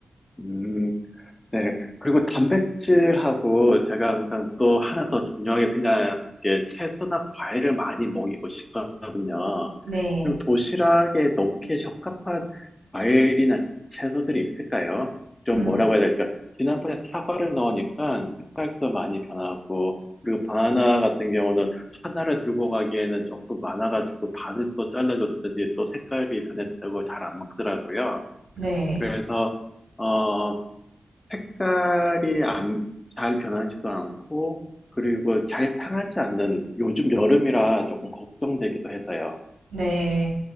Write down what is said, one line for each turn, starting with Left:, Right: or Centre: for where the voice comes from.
Left: 음, 네. 그리고 단백질하고 제가 항상 또 하나 더 중요하게 생각하는 게 채소나 과일을 많이 먹이고 싶거든요.
Right: 네.
Left: 그럼 도시락에 넣기에 적합한 과일이나 채소들이 있을까요? 좀
Right: 음,
Left: 뭐라고 해야 될까? 지난번에 사과를 넣으니까 색깔도 많이 변하고, 그리고 바나나 같은 경우는 하나를 들고 가기에는 조금 많아가지고 반을 또 잘라줬더니 또 색깔이 변했다고 잘 안 먹더라고요.
Right: 네.
Left: 그래서 어 색깔이 안, 잘 변하지도 않고 그리고 잘 상하지 않는 요즘 여름이라 조금 걱정되기도 해서요.
Right: 네.